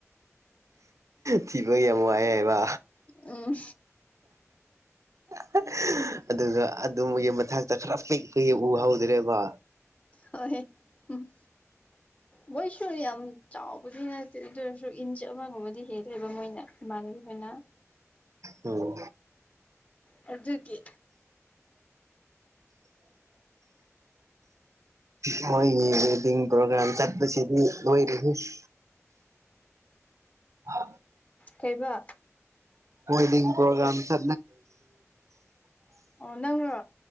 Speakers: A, on the right; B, on the left.
A: ꯊꯤꯕ ꯌꯥꯝ ꯋꯥꯏ ꯍꯥꯏꯕ
B: ꯑꯝ
A: <inaudible> ꯑꯗꯨꯒ ꯑꯗꯨꯝꯕꯒꯤ ꯃꯊꯛꯇ ꯈꯔ ꯄꯤꯛ ꯄꯤ ꯎꯍꯧꯗ꯭ꯔꯦꯕ
B: ꯍꯣꯏ ꯍꯝ
A: <inaudible>
B: ꯃꯣꯏꯁꯨ ꯌꯥꯝ ꯆꯥꯎꯕꯗꯤ ꯅꯠꯇꯦ ꯑꯗꯨ ꯑꯣꯏꯔꯁꯨ ꯏꯟꯆ ꯑꯃꯒꯨꯝꯕꯗꯤ ꯍꯦꯜꯂꯦꯕ ꯃꯣꯏꯅ ꯃꯥꯅꯤꯕꯤ ꯈꯩꯅ
A: ꯑꯣ
B: ꯔꯖꯤꯀꯤ
A: ꯑ ꯃꯣꯏꯒꯤ ꯋꯦꯗꯤ ꯄ꯭ꯔꯣꯒ꯭ꯔꯝ ꯆꯠꯄꯁꯤꯗꯤ ꯑꯣꯏꯔꯁꯤ ꯍ
B: ꯀꯩꯕ
A: ꯍꯣꯏꯗꯤ ꯄꯣꯒ꯭ꯔꯝꯁ
B: ꯑꯣ ꯅꯪꯅꯣ